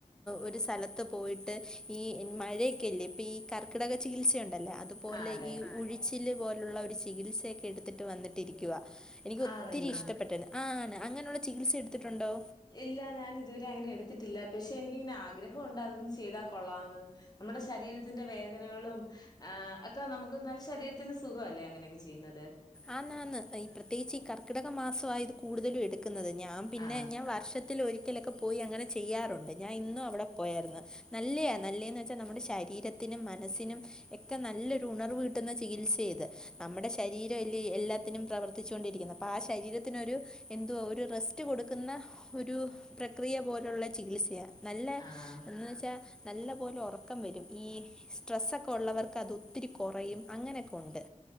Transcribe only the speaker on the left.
ആഹ് അതെ
ആണല്ലേ
ഇല്ല ഞാൻ ഇതുവരെ അങ്ങനെ എടുത്തിട്ടില്ല. പക്ഷെ എനിക്കിങ്ങനെ ആഗ്രഹം ഒണ്ട് അതൊന്ന് ചെയ്താ കൊള്ളാന്ന്. നമ്മുടെ ശരീരത്തിന്റെ വേദനകളും ആഹ് അക്ക നമുക്ക് നല്ല ശരീരത്തിന് സുഖ അല്ലേ അങ്ങനെക്കെ ചെയ്യുന്നത്.
ആഹ്
ആഹ്